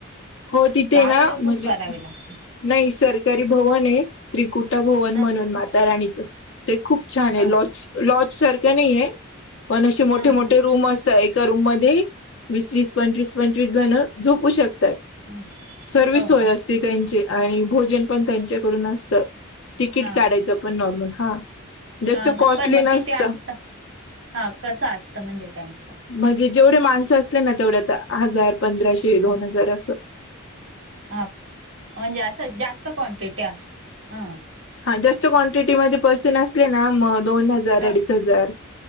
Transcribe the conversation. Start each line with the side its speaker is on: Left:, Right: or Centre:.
Left: हो तिथे
Right: का
Left: ना
Right: अगोदर
Left: म्हणजे
Right: बुक करावे लागते
Left: नाही सरकारी भवन आहे त्रिकुटा भवन
Right: हा
Left: म्हणून मातााराणीचं. ते खूप छान आहे
Right: हा
Left: लॉज, लॉज सारखं नाही आहे पण असे मोठे
Right: हा हा
Left: मोठे रूम असतात एक रूम मध्ये वीस वीस, पंचवीस पंचवीस जण झोपू शकतात.
Right: हम्म
Left: सर्विस
Right: हो
Left: सोय
Right: हो
Left: असते त्यांचे आणि भोजन पण त्यांच्याकडून असतं तिकीट
Right: हा
Left: काढायचं. पण नॉर्मल हा जास्त
Right: हा
Left: कॉस्टली
Right: ना पण मग
Left: नसत.
Right: किती असत हा कसं असतं म्हणजे त्यांचं
Left: म्हणजे जेवढे माणसं असले ना तेवढ्या आ हजार पंधराशे
Right: हा
Left: दोन हजार असं.
Right: हा म्ह जा अस जास्त क्वांटिटी ह
Left: हा जास्त क्वांटिटीमध्ये पर्सेन असले ना म दोन हजार
Right: हा
Left: अडीच हजार